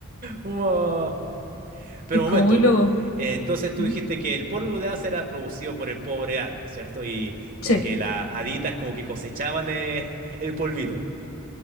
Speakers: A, on the right; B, on the left.
A: Wow. Pero
B: Es
A: un
B: como
A: momento,
B: muy loco.
A: eh, entonces tú
B: ¿Mm?
A: dijiste que el polvo de haz era producido por el pobre árbol, ¿cierto? Y como
B: Sí,
A: que las haditas como que cosechaban eh, <laughs> el polvito.